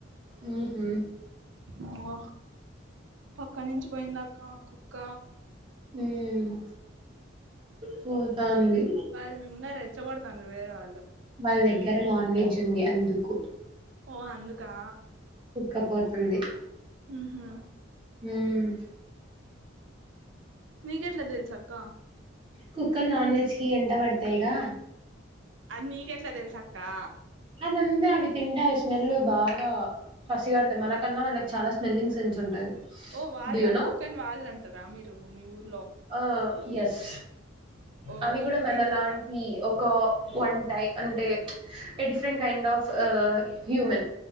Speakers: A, on the right; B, on the right.
A: మ్మ్ హు
B: అమ్మ అక్కడినించి పోయిందక్క కుక్క
A: మ్మ్ పోతాంది
B: వాళ్ళు ఇంగా రెచ్చగొడతాండ్రు వేరే వాళ్ళు
A: వాళ్ దగ్గర నాన్ వెజ్ తుంది అందుకు
B: ఓ అందుకా
A: వుక్కపోతుంది
B: మ్మ్ హు
A: మ్మ్
B: మీకెట్లా తెలుసాక్క
A: కుక్కలు నాన్ వెజ్ కి ఎంట పడతాయిగా
B: అమ్మి నీకెట్లా తెల్సక్కా
A: అదంతే అవి తింటే అవి స్మెల్ బాగా పసిగడతాయి మనకన్నా వాళ్ళకి చాలా స్మెల్లింగ్ సెన్స్ ఉంటది
B: ఓ వాళ్ళ
A: డూ యూ నో
B: కుక్కని వాళ్ళంటారా మీరు మీ ఊరు
A: ఆ యస్
B: ఓ
A: అవి కూడా మనలాంటి
B: నైస్ అక్క
A: ఒక వన్ టై అంటే a different kind of human